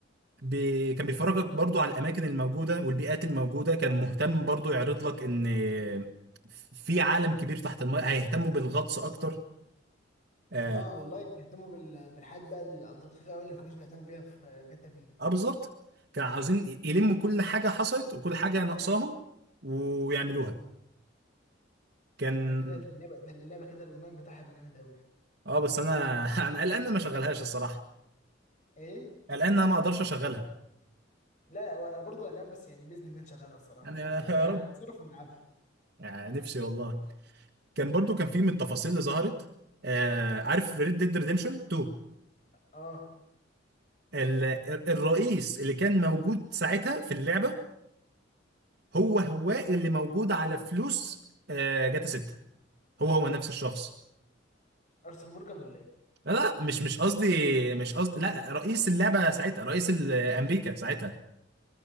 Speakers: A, on the right; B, on the left.
A: بي... كان بيفرجك برضو على الاماكن الموجوده والبيئات الموجوده كان مهتم برضو يعرض لك ان آه، في عالم كبير تحت الماء هيهتموا بالغطس اكتر آه،
B: اه والله يعني بيهتموا بال... بالحاجات بقى الدقيقه قوي اللي ما كانوش بيهتموا بيها في جاتا في
A: اه بالظبط كانوا عاوزين ي- يلموا كل حاجة حصلت وكل حاجة ناقصاهم ويعملوها كان
B: ده كده اللعبه ده اللعبه كده الاونلاين بتاعها هيبقى جامد قوي
A: اه بس انا <laughs> انا قلقان إن ما اشغلهاش الصراحة
B: ايه
A: قلقان ان انا ما اقدرش اشغلها
B: لا لا وانا برضه هنام بس يعني باذن الله نشغلها الصراحه
A: يعني
B: يعني
A: يا
B: أنا
A: <laughs> رب
B: هنتصرف ونلعبها
A: يعني نفسي والله كان برضو كان في من التفاصيل اللي ظهرت آه عارف ريد ديد ريديمشن 2
B: اه
A: ال- الرئيس اللي كان موجود ساعتها في اللعبة هو هو اللي موجود على فلوس آه جاتا 6 هو هو نفس الشخص
B: ارسل مورجان ولا ايه
A: لا لا مش مش قصدي مش قصدي لا رئيس اللعبة ساعتها رئيس ال- أمريكا ساعتها